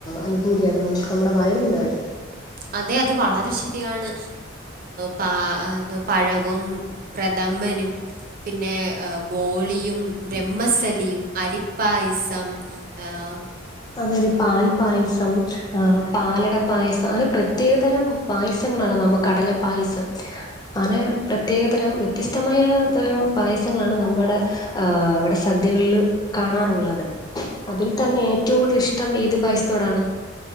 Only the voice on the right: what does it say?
അതെ അത് വളരെ ശരിയാണ് പ എന്തോ പഴവും പ്രഥമനും പിന്നെ ബോളിയും ബ്രഹ്മസലിയും അരിപ്പായസം ആഹ